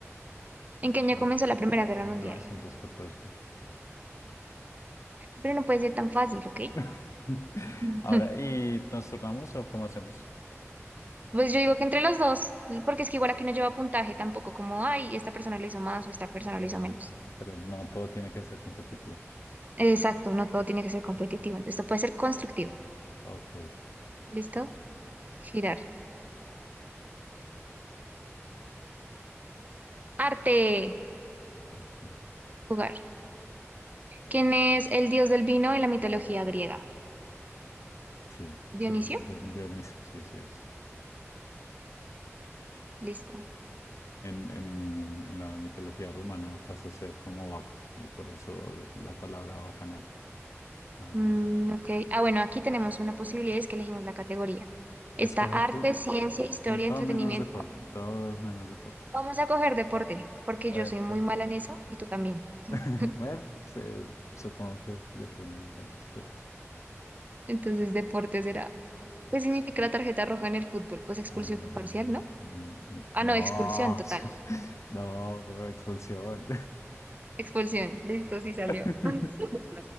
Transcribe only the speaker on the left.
ah,
mil
novecientos catorce.
<laughs>
Ahora, ¿y nos turnamos o cómo hacemos?
Eh,
pero no, todo tiene que ser competitivo.
Ok.
Arte.
Sí,
sí, es de Dioniso, sí, sí es.
En, en, en la mitología romana pasa a ser como Baco, y por eso la palabra bacanal. Ah,
escoge
tú,
todo
menos deporte, todos menos deporte.
Bueno,
pero-
<laughs> bueno, se- supongo que le pone interés suelto.
Ah,
n- n-
no,
<laughs> no, expulsión.
<laughs>